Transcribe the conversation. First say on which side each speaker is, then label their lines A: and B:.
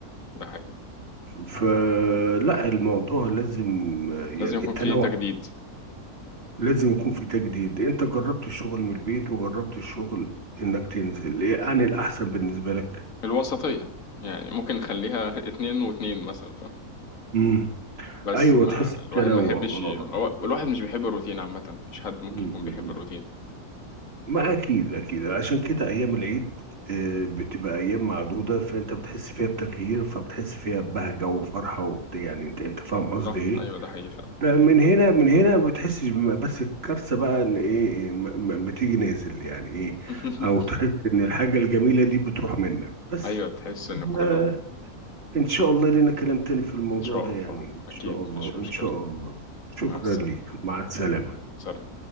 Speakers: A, on the left; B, on the right.
A: ده حقيقي
B: فلا الموضوع لازم آه، يعني
A: لازم يكون
B: التنوع
A: في تجديد
B: لازم يكون في تجديد انت جربت الشغل من البيت وجربت الشغل انك تنزل ايه عن الاحسن بالنسبة لك
A: الوسطية يعني ممكن نخليها <laughs> اتنين واتنين مثلا ف
B: امم
A: بس
B: ايوه
A: ما
B: تحس بتنوع
A: الواحد ما يحبش
B: آه.
A: ي- هو الواحد مش بيحب الروتين عامة مفيش حد ممكن
B: م-
A: يكون
B: م-
A: بيحب
B: م.
A: الروتين
B: ما اكيد اكيد عشان كده ايام العيد آه، بتبقى ايام معدودة فانت بتحس فيها بتغيير فبتحس فيها ببهجة وفرحة وبتاع يعني انت انت فاهم قصدي
A: صح
B: ايه
A: أيوة ده حقيقي فعلا
B: فمن هنا من هنا ما بتحسش بم- بس الكارثه بقى ان ايه إيه، ما ما- ما تيجي نازل يعني ايه
A: <laughs>
B: او تحس ان الحاجه الجميله دي بتروح منك بس
A: أيوة تحس إن كله
B: آه، ان شاء الله لينا كلام تاني في الموضوع
A: إن شاء
B: ده يعني
A: الله
B: ان شاء
A: أكيد مفيش
B: الله
A: مشكلة
B: ان شاء الله شكرا
A: مع السلامة
B: ليك مع السلامه
A: سلام